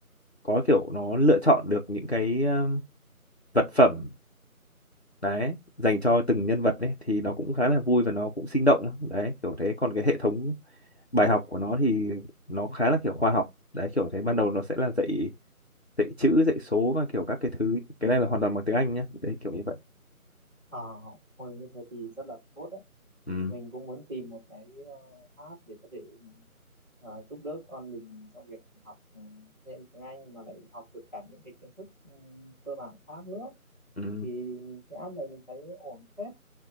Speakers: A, on the left; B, in the centre.
A: có kiểu nó lựa chọn được những cái ờ, vật phẩm đấy dành cho từng nhân vật ấy thì nó cũng khá là vui và nó cũng sinh động đấy kiểu thế còn cái hệ thống bài học của nó thì nó khá là kiểu khoa học đấy kiểu thế ban đầu nó sẽ là dạy dạy chữ dạy số và kiểu các cái thứ cái này là hoàn toàn bằng tiếng Anh nhá đấy kiểu như vậy
B: ờ hồi như thế thì rất là tốt đấy
A: ừ,
B: mình cũng muốn tìm một cái ờ, app để có thể ờ, giúp đỡ con mình trong việc học ừ, thêm tiếng Anh mà lại học được cả những cái kiến thức ừ, cơ bản khác nữa
A: ừ.
B: thì cái app này mình thấy ổn phết